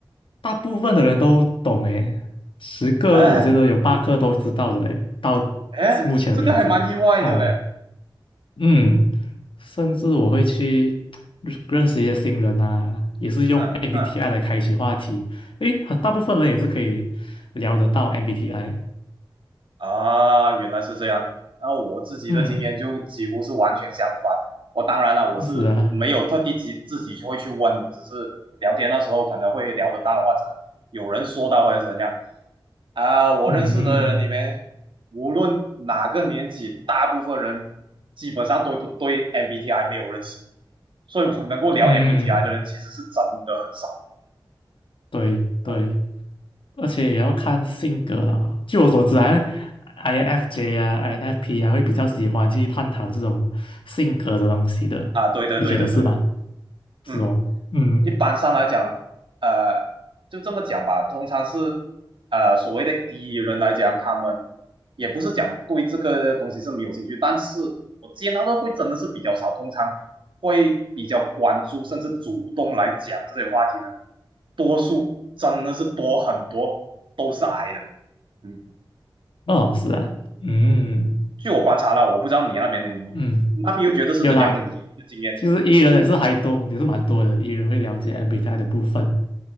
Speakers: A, on the left (about 80°); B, on the right (about 70°).
A: 大部分的人都懂诶，十个我觉得有八个都知道的嘞，
B: <laughs> 哎
A: 到目前为止。
B: 哎，这个还蛮意外的嘞。
A: 哦、嗯，甚至我会去认认识一些新人呐，也是用
B: 嗯嗯。
A: MBTI 来开启话题。诶，很大部分人也是可以聊得到 MBTI。
B: 啊，原来是这样。那我自己的经验就几乎是完全相反。
A: 嗯，
B: 我当然了，我是没有特地自自己会去问，
A: 是啊，
B: 只是聊天的时候可能会聊得到，或者有人说到或者怎样啊。我认识的人里面，
A: 嗯
B: 无论哪个年纪，大部分人基本上都都对 MBTI 没有认识，所以我能够聊
A: 嗯，
B: MBTI 的人其实是真的很少。
A: 对对，
B: 嗯
A: 而且也要看性格啦。据我所知啊，INFJ 啊，INFP 啊，会比较喜欢去探讨这种性格的东西的。
B: 啊，对对对对对的，
A: 你觉得是吗？是哦，
B: 嗯。
A: 嗯，
B: 一般上来讲，呃，就这么讲吧，通常是呃所谓的艺人来讲，他们也不是讲对这个东西是没有兴趣，但是我见到的会真的是比较少，通常会比较关注甚至主动来讲这些话题呢，多数真的是多很多都是矮的，嗯，
A: 哦，是啊，嗯
B: 据我观察了，我不知道你那边的你那边又觉得是怎样的你的经验？
A: 嗯。有啦，其实 E 人也是还多，也是蛮多的。E 人会了解 MBTI 的部分，